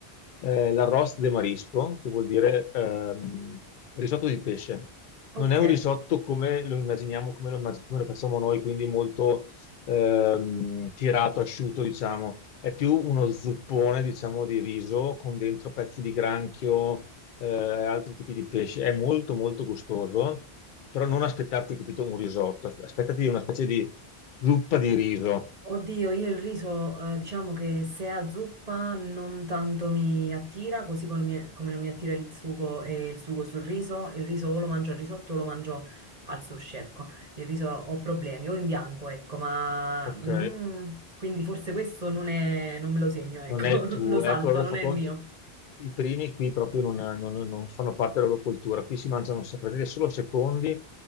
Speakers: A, on the left; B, on the right.
A: eh, l'arroz de marisco, che vuol dire ehm, risotto di pesce.
B: Ok.
A: Non è un risotto come lo immaginiamo, come lo, immag- come lo facciamo noi, quindi molto ehm, tirato, asciutto, diciamo. È più uno zuppone, diciamo, di riso con dentro pezzi di granchio, eh, altri tipi di pesce. È molto, molto gustoso però non aspettarti, capito, un risotto, as- aspettati una specie di zuppa di riso,
B: Oddio, io il riso, eh, diciamo che se è a zuppa non tanto mi attira, così come, mi- come non mi attira il sugo e il sugo sul riso, il riso o lo mangio al risotto o lo mangio al sushi, ecco, il riso ho problemi, o in bianco, ecco, ma
A: Ok,
B: mm, quindi forse questo non è, non me lo segno, ecco,
A: non è il
B: <laughs>
A: tuo.
B: lo salto,
A: Ecco, allora
B: non
A: fa
B: è
A: conto,
B: il mio.
A: i primi qui proprio non, non- non fanno parte della loro cultura, qui si mangiano, saprei dire, solo secondi